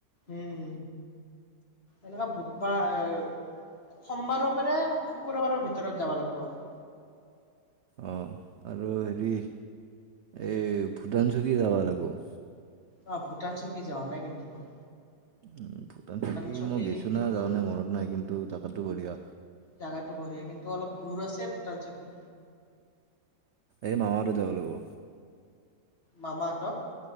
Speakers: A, on the left; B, on the right.
A: উম এনেকা বু বা এ সোমবাৰৰ পৰা শুক্ৰবাৰৰ ভিতৰত যাব লাগিব আৰু
B: অ আৰু হেৰি এই ভূটান চুকী যাবা লাগব
A: অ ভূটান চকী যাৱা নাই কিন্তু মই
B: উম ভূটান চুকি
A: চকী
B: মই গৈছোঁ
A: কিন্তু
B: না যাওঁ নে মনত নাই কিন্তু জাগাটো বঢ়িয়া
A: জাগাটো বঢ়িয়া কিন্তু অলপ দূৰ আছে ভূটান চকী
B: এই মামা আৰু তেওঁ ল'ব
A: মামাহঁতৰ